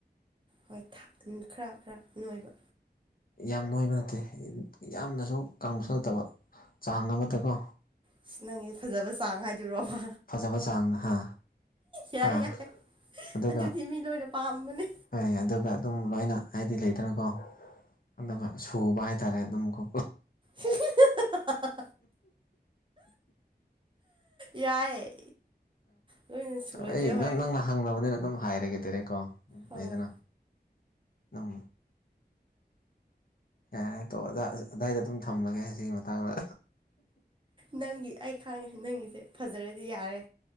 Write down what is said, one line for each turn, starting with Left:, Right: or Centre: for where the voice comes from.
Right: ꯍꯣꯏ ꯈꯔ ꯈꯔ ꯅꯣꯏꯕ
Left: ꯌꯥꯝ ꯅꯣꯏꯕ ꯅꯠꯇꯦ ꯌꯥꯝꯅꯁꯨ ꯀꯪꯕꯁꯨ ꯅꯠꯇꯕ ꯆꯥꯡ ꯑꯃꯗꯀꯣ
Right: ꯑꯁ ꯅꯪꯒꯤꯁꯦ ꯐꯖꯕ ꯆꯥꯡ ꯍꯥꯏꯗꯣꯏꯔꯣꯕ
Left: ꯐꯖꯕ ꯆꯥꯡꯗ ꯍꯥ
Right: ꯌꯥꯏ
Left: ꯍꯥ
Right: ꯌꯥꯏ
Left: ꯑꯗꯨꯒ
Right: ꯑꯗꯨꯗꯤ ꯃꯤ ꯂꯣꯏꯅ ꯄꯥꯝꯕꯅꯦ
Left: ꯍꯣꯏ ꯑꯗꯨꯒ ꯑꯗꯨꯝ ꯂꯣꯏꯅ ꯍꯥꯏꯗꯤ ꯂꯩꯗꯅꯀꯣ ꯑꯗꯨꯒ ꯁꯨꯕ ꯍꯥꯏꯇꯥꯔꯦ ꯑꯗꯨꯝꯀꯣ
Right: ꯍꯥꯍꯥꯍꯥꯥ ꯌꯥꯏ ꯂꯣꯏꯅ ꯁꯨꯔꯗꯤ
Left: ꯑꯩ
Right: ꯍꯣꯏ
Left: ꯅꯪ ꯅꯪꯅ ꯍꯪꯅꯕꯅꯤꯅ ꯑꯗꯨꯝ ꯍꯥꯏꯔꯒꯦꯗꯔꯦ ꯗꯥꯏꯔꯦꯛ ꯀꯣ
Right: ꯍꯣꯏ
Left: ꯂꯩꯗꯅ ꯑꯝ ꯌꯥ ꯇꯣꯛꯑꯣꯗ ꯑꯗꯥꯏꯗ ꯑꯗꯨꯝ ꯊꯝꯂꯒꯦ ꯑꯁꯤꯒꯤ ꯃꯇꯥꯡꯗ
Right: ꯅꯪꯒꯤꯁꯦ ꯑꯩ ꯈꯥꯡꯉꯦ ꯅꯪꯒꯤꯁꯦ ꯐꯖꯔꯗꯤ ꯌꯥꯔꯦ